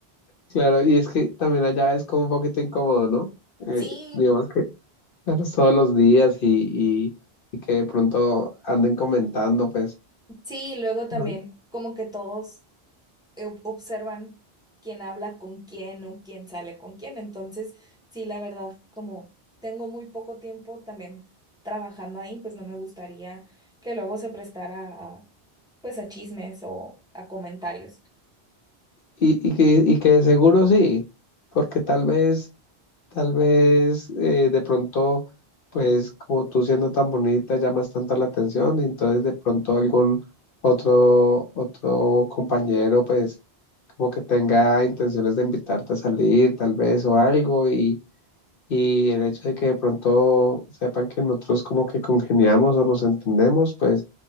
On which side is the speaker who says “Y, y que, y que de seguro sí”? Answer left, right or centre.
Left